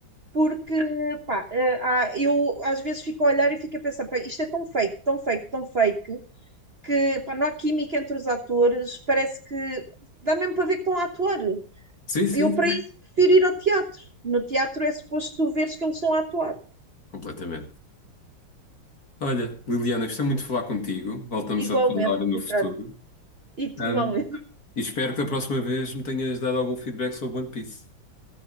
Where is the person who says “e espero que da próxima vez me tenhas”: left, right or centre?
Left